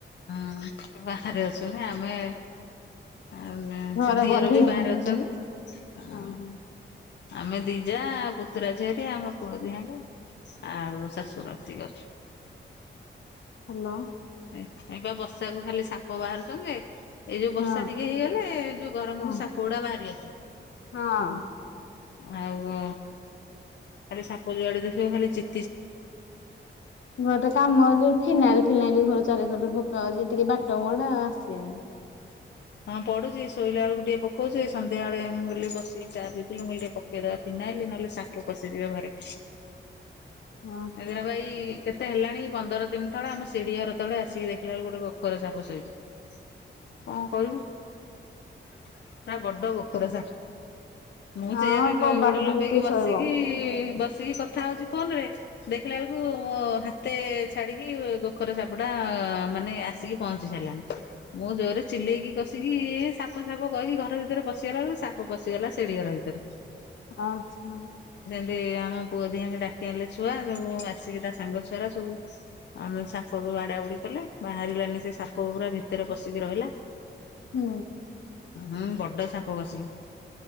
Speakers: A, on the left; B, on the left.
A: ହଁ ବାହାରେ ଅଛୁ ନା ଆମେ ଆଉ ଗାଁ
B: ଘର
A: ସେ ଦିଅର
B: ବନ୍ଦୀ
A: ବି
B: ଆଉ
A: ବାହାରେ
B: ହଁ ହଁ
A: ଅଛନ୍ତି ଆ
B: ହଁ ହ୍ୟାଲୋ
A: ଆମେ ଦି ଜାଆ ପୁତୁରା ଝିଆରି ଆଉ ମୋ ପୁଅ ଦିହାଙ୍କ ଆଉ ଶାଶୁର ଏତିକି ଅଛୁ।
B: ହାଲୋ।
A: ଏ ଏଇ ପା ବର୍ଷା କୁ ଖାଲି ସାପ ବାହାରୁଛନ୍ତି। ଏଇ ଯୋଉ ବର୍ଷା
B: ହଁ
A: ଟିକେ ହେଇଗଲେ ଏ ଯୋଉ ଗରମକୁ
B: ହଁ
A: ସାପ ଗୁଡା ବାହାରି ଆସୁଛନ୍ତି।
B: ହଁ।
A: ଆଉ ଖାଲି ସାପ ଯୁଆଡେ ଦେଖିବ ଖାଲି ଚି
B: ଗୋଟେ କାମଦେ ଫିନାଇଲି ଫିନାଇଲି ଘର ଚାରିକର ପୋକା ହଉଚି ଟିକେ ବାଟ ମୁଁହଁଟା ଆସିବେନି।
A: ହଁ ପଡୁଚି ଶୋଇଲା ବେଳକୁ ଟିକେ ପକଉଚି ସନ୍ଧ୍ୟା ବେଳେ ମୁଁ ବୋଲି ବସିିକି ଚା ପିଉଝଥିଲି ମୁଁ କହିଲି ଟିକେ ପକେଇଦବା ଫିନାଇଲି ନହେଲେ ସାପ ପଶିଯିବ ଘରେ।
B: ମା
A: ଏ ଦିନ ପା ଏଇ କେତେ ହେଲାଣି ପନ୍ଦର ଦିନ ତଳେ ଆମ ସିଡି ଘର ତଳେ ଆସିକି ଦେଖିଲା ବେଳକୁ ଗୋଟେ ଗୋଖର ସାପ ଶୋଇଚି। କଣ କରିବୁ ପୁରା ବଡ ଗୋଖର ସାପ। ମୁଁ
B: ହଁ
A: ଚେୟାରରେ ଗୋ-ଗୋଡ
B: କବାଟ
A: ଲମ୍ବେଇକି
B: ଦେଇ କିଏ
A: ବସିକି
B: ଶୋଇବ?
A: ବସିକି କଥା ହୋଉଚି ଫୋନରେ। ଦେଖିଲା ବେଳକୁ ମୋ ହା ତେ ଛାଡିକି ଗୋଖର ସାପଟା ମାନେ ଆସିକି ପହଞ୍ଚି ସାଇଲାଣି। ମୁଁ ଜୋରେ ଚିଲେଇକି କଷିକି ସାପ ସାପ କହିକି ଘର ଭିତରେ ପଶିଗଲା ବେଳକୁ ସାପ ପସିଗଲା ସେଡିଘର ଭିତରେ।
B: ଆଚ୍ଛା।
A: ସେ ଆମ ପୁଅ ଦିହାଙ୍କେ ଡାକି ଆଣିଲେ ଛୁଆ ସବୁ ଆସିକି ତା ସାଙ୍ଗ ଛୁଆରା ସବୁ <unintelligible> ସାପକୁ ବାଡା ବୁଡି କଲେ ବାହାରିଲାନି ସେ ସାପ ପୁରା ଭିତରେ ପଶିକି ରହିଲା।
B: ହୁଁ।
A: ହଁ ବଡ ସାପ କସିକି।